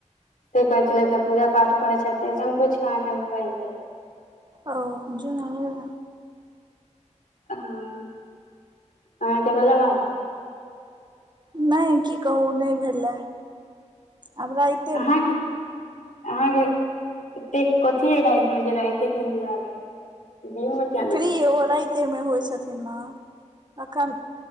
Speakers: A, on the left; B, on the right.
A: से कहै छलैथ हे पूजा पाठ करै छथिन से हम पूछि कऽ अहाँके हम कहि देब।
B: औ जोने लैन।
A: हँ, अहाँके भेलै बात।
B: नहि की कहू, नहि भेले, आब राति
A: अहाँके अहाँके एते कथि है रातिमे, जे राइते के इन्तजार रहै ये। दिनमे किया नहि
B: फ्री ओहो राइते मे होइ छथिन ने। एखन